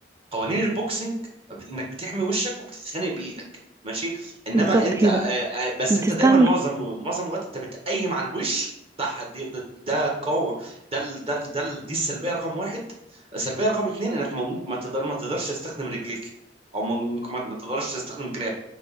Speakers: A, on the right; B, on the right.
A: قوانين البوكسنج بت- انك بتحمي وشك وبتتخانق بايدك ماشي انما
B: بالظبط
A: انت
B: كده
A: آه، آه، بس
B: بتستعمل
A: انت دايما معظم معظم الوقت انت بتقيم على الوش ده حد- ده ده قو- ده ال- ده ال- ده ال- دي السلبيه رقم واحد السلبيه رقم اتنين انك ما ما تقدر ما تقدرش تستخدم رجليك او ممكن ما ما تقدرش تستخدم جراب